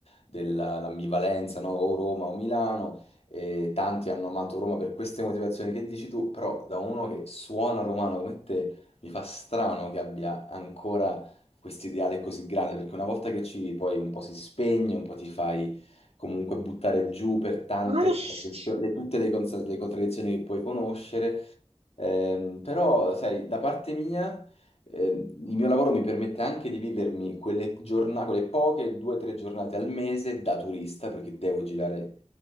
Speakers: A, on the left; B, on the right.
A: dell'ambivalenza, no? O Roma o Milano e tanti hanno amato Roma per queste motivazioni che dici tu, però da uno che suona romano come te mi fa strano che abbia ancora questo ideale così grande perché una volta che ci poi un po' si spegne, un po' ti fai comunque buttare giù per tante
B: Non lo
A: contraddizioni-
B: so,
A: le- tutte le, cons- le contraddizioni che puoi conoscere. Ehm, però, sai, da parte mia, ehm, il mio lavoro mi permette anche di vivermi quelle giornate, quelle poche due o tre giornate al mese da turista, perché devo girare